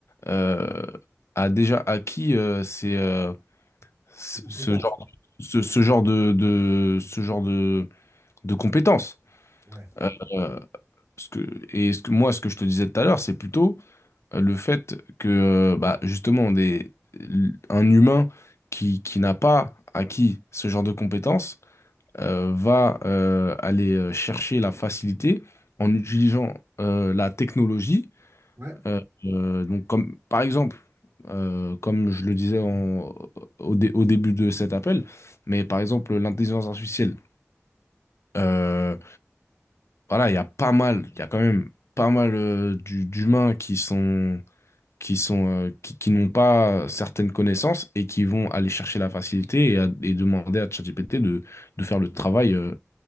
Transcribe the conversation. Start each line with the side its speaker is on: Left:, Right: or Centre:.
Left: euh, a déjà acquis euh, ces, euh, ce
Right: C'est compétent,
Left: ce genre
Right: ça.
Left: ce, ce genre de, de ce genre de de compétences.
Right: Ouais.
Left: Euh, ce que, et ce que, moi, ce que je te disais tout à l'heure, c'est plutôt euh, le fait que, euh, bah, justement, des, l- un humain qui, qui n'a pas acquis ce genre de compétences euh, va euh, aller euh, chercher la facilité en utilisant euh, la technologie.
Right: Ouais.
Left: Euh, euh, donc comme, par exemple, euh, comme je le disais en- au, dé- au début de cet appel, mais par exemple l'intelligence artificielle. Euh, voilà, il y a pas mal, il y a quand même pas mal euh, du- d'humains qui sont qui sont euh, qui, qui n'ont pas certaines connaissances et qui vont aller chercher la facilité et, à- et demander à ChatGPT de, de faire le travail euh,